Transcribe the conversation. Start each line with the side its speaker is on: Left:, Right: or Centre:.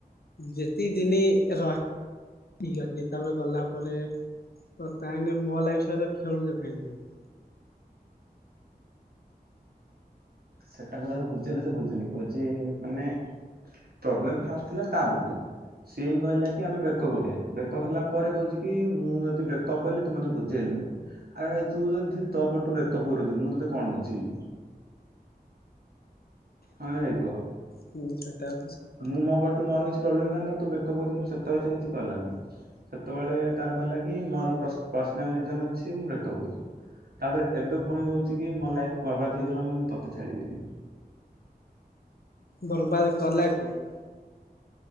Left: ଯେତିକି ଦିନି ରହି ଠିକ୍ ଅଛି ତାପରେ ଗଲା ପରେ ତ ତାହେଁନେ ମୋ ଲାଇଫ୍ ସହିତ ଖେଳୁଚ କାଇଁ ତମେ।
Right: ସେଟାକୁ ତାକୁ ବୁଝେଇଲେ ସେ ବୁଝୁନି କହୁଚି ମାନେ ପ୍ରୋବ୍ଲେମ ଫାଷ୍ଟ ଥିଲା ତା ପଟୁ। ସିଏ ହିଁ କହିଲା କି ଆମେ ବ୍ରେକଅପ୍ କରିଆ ବ୍ରେକଅପ୍ ହେଲା ପରେ କହୁଚି କି ମୁଁ ଯଦି ବ୍ରେକଅପ୍ କଲି ତୁ ମତେ ବୁଝେଇଲୁନି। ଆରେ ଭାଇ ତୁ ଯଦି ତୋ ପଟୁ ବ୍ରେକଅପ୍ କରୁଚୁ ମୁଁ ତତେ କଣ ବୁଝେଇବି। ହଁ ନା ଭାଇ କୁହ
Left: ହୁଁ ସେଟା ତ ସତ
Right: ମୁଁ ମୋ ପଟୁ ମୋର କିଛି ପ୍ରୋବ୍ଲେମ୍ ଥାଆନ୍ତା ତୁ ବ୍ରେକଅପ୍ କରିଥାନ୍ତୁ ସେତବେଳେ ସେ କିଛି କଲାନି। ସେତବେଳେ ତାର କହିଲା କି ମୋର ପ୍ରସ-ପର୍ସନାଲ ରିଜନ ଅଛି ମୁଁ ବ୍ରେକଅପ୍ କରୁଛି। ତାପରେ ଏବେ ପୁଣି କହୁଚି କି ମୋ ଲାଇଫ୍ ବର୍ବାଦ ହେଇଗଲା ମାନେ ମୁଁ ତତେ ଛାଡିବିନି।
Left: ବର୍ବାଦ କଲା କିଏ?